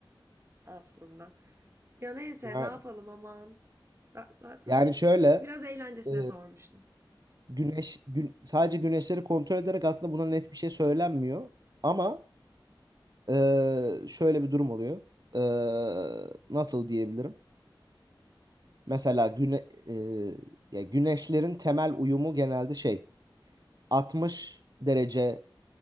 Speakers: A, on the right (about 30°); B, on the right (about 50°).
A: aslında. Ya neyse
B: Yani
A: ne yapalım aman. Ben zaten
B: Yani şöyle
A: biraz eğlencesine
B: e,
A: sormuştum.
B: güneş gün, sadece güneşleri kontrol ederek aslında buna net bir şey söylenmiyor. Ama eee, şöyle bir durum oluyor. Eee, nasıl diyebilirim? Mesela güne, eee, ya güneşlerin temel uyumu genelde şey 60 dereceye